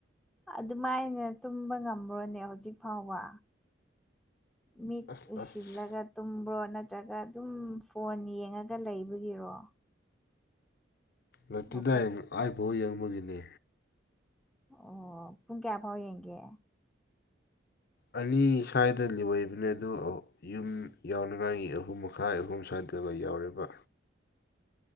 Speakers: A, in the centre; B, on the left.
A: ꯑꯗꯨꯃꯥꯏꯅ ꯇꯨꯝꯕ ꯉꯝꯕ꯭ꯔꯣꯅꯦ ꯍꯧꯖꯤꯛ ꯐꯥꯎꯕ ꯃꯤꯠ
B: ꯑꯁ
A: ꯎꯏꯁꯤꯜꯂꯒꯠ
B: ꯑꯁ
A: ꯇꯨꯝꯕ꯭ꯔꯣ ꯅꯠꯇ꯭ꯔꯒ ꯑꯗꯨꯝ ꯐꯣꯟ ꯌꯦꯡꯉꯒ ꯂꯩꯕꯒꯤꯔꯣ
B: ꯅꯠꯇꯦꯗꯥ
A: ꯍꯧꯀꯠ
B: ꯑꯩꯥꯏꯐꯥꯎ ꯌꯦꯡꯕꯒꯤꯅꯤ
A: ꯑꯣ ꯄꯨꯡ ꯀꯌꯥꯐꯥꯎ ꯌꯦꯡꯒꯦ
B: ꯑꯅꯤ ꯁ꯭ꯋꯥꯏꯗ ꯑꯣꯏꯕꯅꯦ ꯑꯗꯣ ꯌꯨꯝ ꯌꯥꯎꯅꯉꯥꯏꯒꯤ ꯑꯍꯨꯝ ꯃꯈꯥꯏ ꯑꯍꯨꯝ ꯁ꯭ꯋꯥꯏꯗꯒ ꯌꯥꯎꯔꯦꯔꯤꯕ